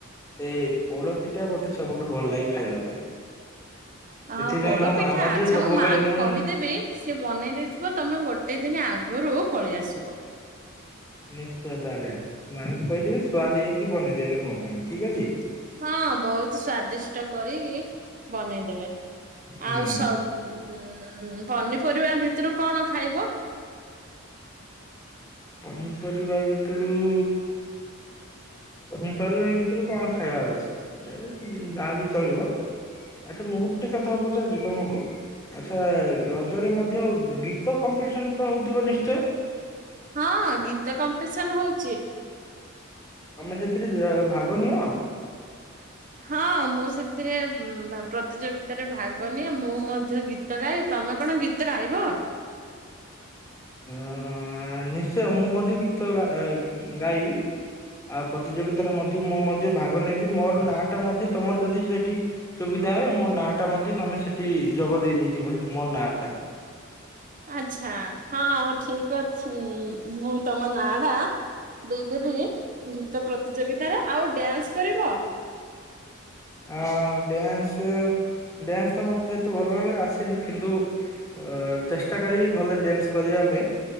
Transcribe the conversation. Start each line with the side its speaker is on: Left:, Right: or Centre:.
Left: ଏଇ ପୋଡପିଠା ମତେ ସବୁଠୁ ଭଲ ଲାଗେ, ଖାଇବା ପାଇଁ।
Right: ହଁ
Left: ସେଥିପାଇଁ
Right: ପୋଡପିଠା
Left: ମୋ ମା ମଧ୍ୟ
Right: ଆଚ୍ଛା
Left: ସବୁବେଳେ
Right: ମୋ ମାଆଙ୍କୁ
Left: ମୁଁ
Right: କହିଦେବି। ସିଏ ବନେଇ ଦେଇଥିବ ତମେ ଗୋଟେ ଦିନ ଆଗରୁ ପଳେଇ ଆସିବ।
Left: ନିଶ୍ଚୟ ତାହେଲେ ମାଆଙ୍କୁ କହିଦେବେ ସୁଆଦିଆ ହେଇକି ବନେଇଦେବେ ମୋ ପାଇଁ ଠିକ ଅଛି।
Right: ହଁ ବହୁତ ସ୍ଵାଦିଷ୍ଟ କରିକି ବନେଇଦେବେ।
Left: ହୁଁ
Right: ଆଉ ସବୁ ଅଁ ପନିପରିବା ଭିତରୁ କଣ ଖାଇବ?
Left: ପନିପରିବା ଭିତରୁ ପନିପରିବା ଭିତରୁ କଣ ଖାଇବାର ଅଛି? ଏ ଉଁ ଯାହା ବି ଚଳିବ। ଆଚ୍ଛା ମୁଁ ଗୋଟେ କଥା ପଚାରୁଛି ତମକୁ। ଆଚ୍ଛା ରଜରେ ମଧ୍ୟ ଗୀତ କମ୍ପିଟିସନ ତ ହଉଥିବ ନିଶ୍ଚୟ?
Right: ହଁ ଗୀତ କମ୍ପିଟିସନ ହଉଛି।
Left: ତମେ ସେଥିରେ ଅ ଭାଗ ନିଅ।
Right: ହଁ ମୁଁ ସେଥିରେ ଉଁ ଭା ପ୍ରତିଯୋଗିତାରେ ଭାଗ ନିିଏ, ମୁଁ ମଧ୍ୟ ଗିତ୍ ଗୀତ ଗାଏ। ତମେ କଣ ଗୀତ ଗାଇବ?
Left: ଅଁ ନିଶ୍ଚୟ ମୁଁ ମଧ୍ୟ ଗୀତ ଗା ଗାଇବି। ଆଉ ପ୍ରତିଯୋଗିତାରେ ମଧ୍ୟ ମୁଁ ମଧ୍ୟ ଭାଗ ନେବି। ମୋର ନାଁ ଟା ମଧ୍ୟ ତମର ଯଦି ସେଠି ସୁବିଧା ହୁଏ ମୋ ନା ଟା ମଧ୍ୟ ତମେ ସେଠି ଯୋଗ ଦେଇ ଦେଇଥିବ ହ ମୋ ନାଁ ଟା।
Right: ଆଚ୍ଛା ହଁ ଠିକ ଅଛି। ମୁଁ ତମ ନା ଟା ଦେଇଦେବି। ଗୀତ ପ୍ରତିଯୋଗିତାରେ, ଆଉ ଡ୍ୟାନ୍ସ କରିବ?
Left: ଆ ଡ୍ୟାନ୍ସ, ଡ୍ୟାନ୍ସ ତ ମତେ ସେତେ ଭଲ ଭାବରେ ଆସେନି କିନ୍ତୁ ଅ ଚେଷ୍ଟା କରିବି ଭଲ ଡ୍ୟାନ୍ସ କରିବା ପାଇଁ।